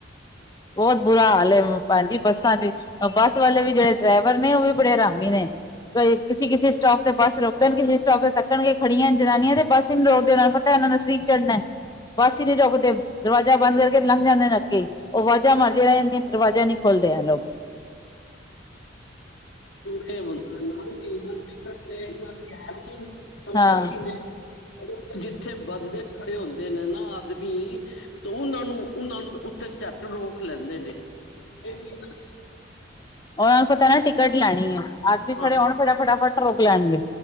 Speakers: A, on the left (about 20°); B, on the left (about 75°).
A: ਬੌਤ ਬੁਰਾ ਹਾਲ ਏ, ਭੈਣਜੀ ਬਸ ਤਾਂ ਦੇ ਅ ਬੱਸ ਵਾਲੇ ਵੀ ਜੇੜੇ ਡਰਾਈਵਰ ਨੇ ਔ ਵੀ ਬੜੇ ਹਰਾਮੀ ਨੇ। ਫੇਰ ਕਿਸੀ ਕਿਸੀ ਸਟੋਪ ਤੇ ਬੱਸ ਰੋਕ ਦੇਣ, ਕਿਸੇ ਸਟੋਪ ਤੇ ਤੱਕਣ ਗੇ ਖੜੀਆਂ ਏਣ ਜਨਾਨੀਆਂ ਤੇ ਬੱਸ ਹੀ ਨੀ ਰੋਕਦੇ ਕਿਓਂਕਿ, ਓਨਾਂ ਨੂੰ ਪਤੈ ਏਨਾਂ ਨੇ ਫਰੀ ਚੜਨੈ, ਬੱਸ ਹੀ ਨੀ ਰੋਕਦੇ ਦਰਵਾਜ਼ਾ ਬੰਦ ਕਰਕੇ ਲੰਘ ਜਾਂਦੇ ਨੇ ਅੱਗੇ। ਔ ਵਾਜ਼ਾਂ ਮਾਰ ਦੀਆ ਰੈ ਜਾਂਦੀਆਂ ਨੇ ਦਰਵਾਜ਼ਾ ਨੀ ਖੋਲਦੇ ਐ ਲੋਗ।
B: ਕੀ ਮੁਲ <unintelligible> ਏ ਇਨਾਂ ਦੀ ਹੈ ਈ ਨੀ ਸਮਝੇ
A: ਹਾਂ
B: ਔ ਕਿ ਨਹੀਂ, ਜਿੱਥੇ ਬਡਦੇ ਖੜੇ ਹੁੰਦੇ ਨੇ ਨਾ ਆਦਮੀ ਤੋ ਉਨਾਂ ਨੂੰ ਉਨਾਂ ਨੂੰ ਉੱਥੇ ਝੱਟ ਰੋਕ ਲੈਂਦੇ ਨੇ। ਏ ਵੀ ਨਾਦੀ
A: ਔਨਾਂ ਨੂੰ ਪਤਾ ਨਾ ਟਿਕਟ ਲੈਣੀ ਏ। ਆਦਮੀ ਖੜੇ
B: ਹਾਂ।
A: ਹੋਣ ਫਟਾ ਫਟਾਫਟ ਰੋਕ ਲੈਣਗੇ,